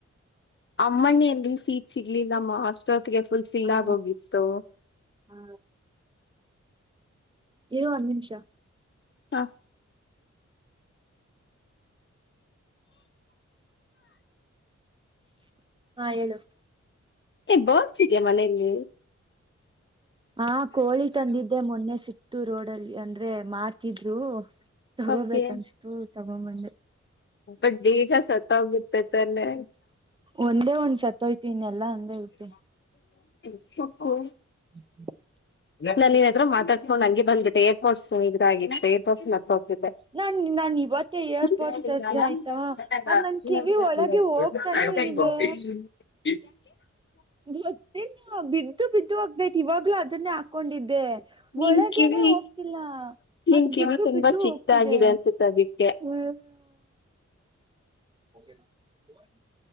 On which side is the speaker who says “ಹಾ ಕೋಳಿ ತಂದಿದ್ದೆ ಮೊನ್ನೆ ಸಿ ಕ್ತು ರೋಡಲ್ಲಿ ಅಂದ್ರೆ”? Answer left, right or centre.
Right